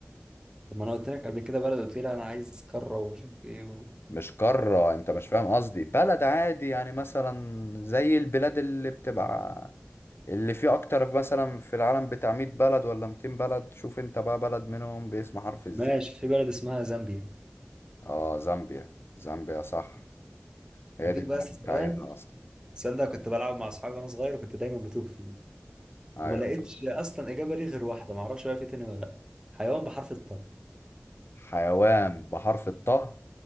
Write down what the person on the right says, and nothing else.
طب ما انا قلت لك قبل كده بلد قلت لي انا عايز قاره ومش عارف ايه و...
ماشي في بلد اسمها زامبيا
هديك
بس
سؤال
السؤال ده كنت بلعب مع اصحابي وانا صغير وكنت دايما بتوه فيه
وما لقيتش اصلا اجابه ليه غير واحده ما اعرفش بقى في تاني ولا لا حيوان بحرف الطاء